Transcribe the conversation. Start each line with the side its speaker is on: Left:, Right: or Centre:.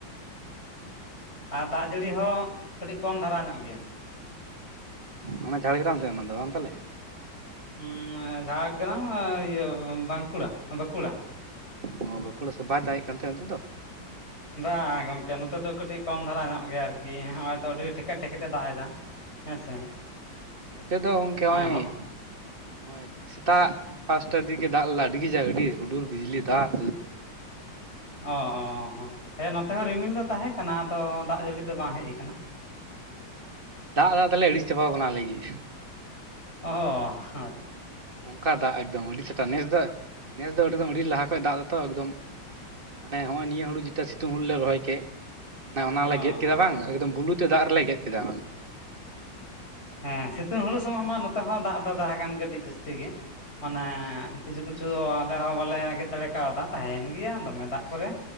Left: ᱟᱨ ᱫᱟᱜ ᱡᱟᱹᱲᱤ ᱦᱚᱸ ᱠᱟᱹᱴᱤᱡ ᱠᱚᱢ ᱫᱷᱟᱨᱟ ᱧᱚᱜ ᱜᱮᱭᱟ
Right: ᱚᱱᱟ ᱡᱷᱟᱲᱜᱨᱟᱢ ᱥᱮᱫ ᱚᱱᱟ ᱫᱚ ᱵᱟᱝ ᱛᱟᱦᱟᱞᱮ
Left: ᱦᱩᱸ ᱮ ᱡᱷᱟᱲᱜᱨᱟᱢ ᱤᱭᱟᱹ ᱵᱟᱸᱠᱩᱲᱟ ᱵᱟᱠᱩᱲᱟ
Right: ᱚ ᱵᱟᱸᱠᱩᱲᱟ ᱥᱮ ᱵᱟᱭ ᱫᱟᱜ ᱮ ᱠᱟᱱᱛᱮ ᱚᱱᱛᱮ ᱫᱚ
Left: ᱵᱟᱝ ᱜᱚᱢᱠᱮ ᱱᱚᱛᱮ ᱫᱚ ᱠᱟᱹᱴᱤᱡ ᱠᱚᱢ ᱫᱷᱟᱨᱟ ᱧᱚᱜ ᱜᱮᱭᱟ ᱟᱨᱠᱤ ᱦᱚᱸᱜᱼᱚᱭ ᱛᱚ ᱟᱹᱰᱤ ᱴᱷᱮᱠᱮᱫ ᱴᱷᱮᱠᱮᱫ ᱮ ᱫᱟᱜ ᱮᱫᱟ ᱦᱮᱸᱥᱮ
Right: ᱱᱚᱛᱮ ᱫᱚ ᱜᱚᱝᱠᱮ ᱱᱚᱜᱼᱚᱭ
Left: ᱦᱚᱞ
Right: ᱱᱚᱜᱼᱚᱭ ᱥᱮᱛᱟᱜ ᱯᱟᱸᱪᱴᱟ ᱫᱤᱠ <unintelligible> ᱫᱟᱜ ᱞᱟᱜᱟᱭ ᱟᱹᱰᱤ ᱜᱮ ᱡᱟ ᱟᱹᱰᱤ ᱦᱩᱰᱩᱨ ᱵᱤᱡᱽᱞᱤ ᱫᱟᱜ
Left: ᱚ-ᱚ-ᱚ ᱦᱮᱸ ᱱᱚᱛᱮ
Right: ᱟᱹᱰᱤ
Left: ᱦᱚᱸ
Right: ᱡᱳᱨ
Left: ᱨᱤᱢᱤᱞ ᱫᱚ ᱛᱟᱦᱮᱸ ᱠᱟᱱᱟ ᱟᱫᱚ ᱫᱟᱜ ᱡᱟᱹᱲᱤ ᱫᱚ ᱵᱟᱝ ᱦᱮᱡ ᱠᱟᱱᱟ
Right: ᱫᱟᱜ ᱫᱟᱜ ᱛᱮᱞᱮ ᱟᱹᱲᱤᱥ ᱪᱟᱵᱟᱟᱣ ᱠᱟᱱᱟ ᱟᱞᱮ ᱜᱮ
Left: ᱚ ᱦᱟᱪ
Right: ᱚᱱᱠᱟ ᱫᱟᱜ ᱮᱠᱫᱚᱢ ᱟᱹᱰᱤ <unintelligible> ᱱᱮᱥ ᱫᱚ ᱱᱮᱥ ᱫᱚ ᱫᱚᱢ ᱟᱹᱰᱤ ᱞᱟᱦᱟ ᱠᱷᱚᱡ ᱫᱟᱜ ᱛᱚ ᱮᱠᱫᱚᱢ ᱢᱟᱱᱮ ᱦᱚᱸᱜᱼᱚᱭ ᱱᱤᱭᱟᱹ ᱦᱩᱲᱩ ᱡᱮᱴᱟ ᱥᱤᱛᱩᱝ ᱦᱩᱲᱩ ᱞᱮ ᱨᱚᱦᱚᱭ ᱠᱮᱫ ᱚᱱᱟ ᱚᱱᱟᱞᱮ
Left: ᱚ
Right: ᱜᱮᱫ ᱠᱮᱫᱟ ᱵᱟᱝ
Left: ᱚ
Right: ᱮᱠᱫᱚᱢ ᱵᱩᱞᱩ ᱛᱮ ᱫᱟᱜ ᱨᱮᱞᱮ ᱜᱮᱫ ᱠᱮᱫᱟ
Left: ᱦᱮᱸ ᱥᱤᱛᱩᱝ ᱦᱩᱲᱩ ᱥᱚᱢᱚᱭ ᱢᱟ ᱱᱚᱛᱮ ᱦᱚᱸ ᱫᱟᱜ ᱫᱚ ᱫᱟᱜ ᱟᱠᱟᱱ ᱜᱮ ᱠᱟᱹᱴᱤᱡ ᱡᱟᱹᱥᱛᱤ ᱜᱮ ᱢᱟᱱᱮ ᱠᱤᱪᱷᱩ ᱠᱤᱪᱷᱩ ᱟᱞᱮ ᱦᱚᱸ ᱵᱟᱞᱮ ᱜᱮᱫ ᱫᱟᱲᱮ ᱠᱟᱣᱫᱟ ᱛᱟᱦᱮᱭᱮᱱ ᱜᱮᱭᱟ ᱫᱚᱢᱮ ᱫᱟᱜ ᱠᱚᱨᱮ